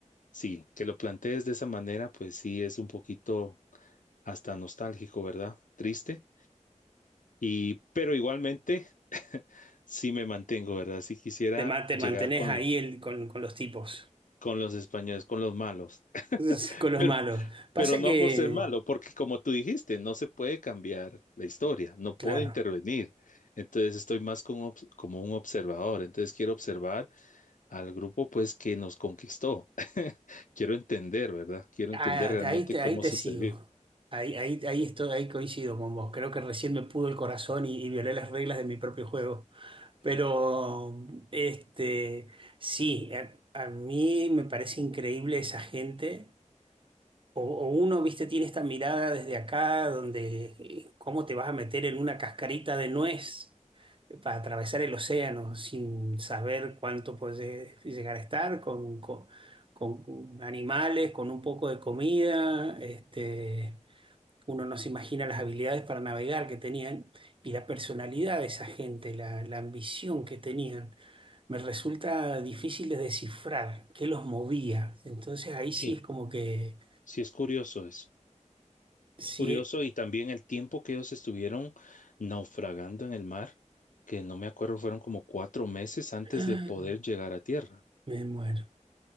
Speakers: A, on the left; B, on the right.
A: sí, que lo plantees de esa manera, pues sí es un poquito hasta nostálgico, ¿verdad? Triste. Y, pero igualmente, <laughs> sí me mantengo, ¿verdad? Si quisiera
B: Te, ma- te
A: llegar
B: mantenés
A: con,
B: ahí
A: lo-
B: el- con, con los tipos,
A: con los españoles, con los malos. <laughs>
B: <laughs> con los
A: pero.
B: malos. Pasa
A: Pero no
B: que,
A: por ser malo, porque como tú dijiste, no se puede cambiar la historia, no
B: claro.
A: puedo intervenir. Entonces estoy más como, obs- como un observador. Entonces quiero observar al grupo pues que nos conquistó. <laughs> Quiero entender, ¿verdad? Quiero
B: Ah,
A: entender realmente
B: ahí te,
A: cómo
B: ahí te
A: sucedió.
B: sigo. Ahí, ahí, ahí estoy, ahí coincido con vos. Creo que recién me pudo el corazón y, y violé las reglas de mi propio juego. Pero, este, sí, a, a mí me parece increíble esa gente. O, o uno, viste, tiene esta mirada desde acá, donde eh, cómo te vas a meter en una cascarita de nuez para atravesar el océano sin saber cuánto puedes llegar a estar, con, con- con animales, con un poco de comida. Este, uno no se imagina las habilidades para navegar que tenían y la personalidad de esa gente, la, la ambición que tenían. Me resulta difícil de descifrar qué los movía. Entonces ahí
A: Sí,
B: sí es como que...
A: sí es curioso eso.
B: si
A: Es curioso y también el tiempo que ellos estuvieron naufragando en el mar, que no me acuerdo, fueron como cuatro meses antes
B: <gasps>
A: de poder llegar a tierra.
B: Me muero,